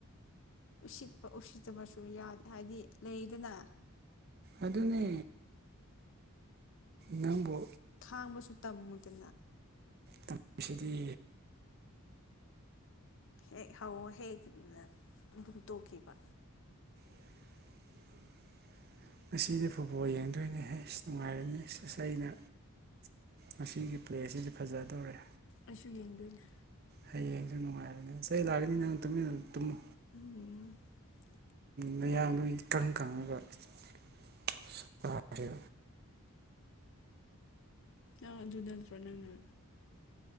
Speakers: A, on the left; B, on the right.
A: ꯎꯁꯤꯠꯄ ꯎꯁꯤꯠꯇꯕꯁꯨ ꯌꯥꯗꯦ ꯍꯥꯏꯕꯗꯤ ꯂꯩꯗꯅ
B: ꯑꯗꯨꯅꯦ ꯅꯕꯨ
A: ꯈꯥꯡꯕꯁꯨ ꯇꯝꯃꯨꯗꯦ
B: ꯇꯨꯄ ꯑꯁꯤꯗꯤ
A: ꯍꯦꯛ ꯍꯧꯋꯣ ꯍꯦꯛ ꯑꯗꯨꯝ ꯇꯣꯛꯈꯤꯕ
B: <inaudible> ꯉꯁꯤꯗꯤ ꯐꯨꯠꯕꯣꯜ ꯌꯦꯡꯗꯣꯏꯅꯦ ꯍꯥꯏ ꯁꯤ ꯅꯨꯡꯉꯥꯏꯔꯝꯅꯤꯁ ꯑꯩꯅ ꯃꯁꯤꯒꯤ ꯄ꯭ꯂꯦꯁꯤꯗꯤ ꯐꯖꯗꯧꯔꯦ
A: ꯑꯁꯨꯣꯏ ꯌꯦꯟꯗꯣꯏꯅ
B: ꯍꯌꯦꯡꯁꯨ ꯅꯨꯡꯉꯥꯏꯔꯅꯦ ꯆꯩ ꯂꯥꯛꯑꯀꯅꯤ ꯅꯪ ꯇꯨꯃꯤꯟꯅ ꯇꯨꯝꯃꯨ
A: ꯑꯣꯝ
B: ꯃꯌꯥꯗꯨ ꯏꯀꯪ ꯈꯪꯉꯒꯈꯦ
A: ꯑ ꯑꯗꯨꯗꯣꯅꯪꯅ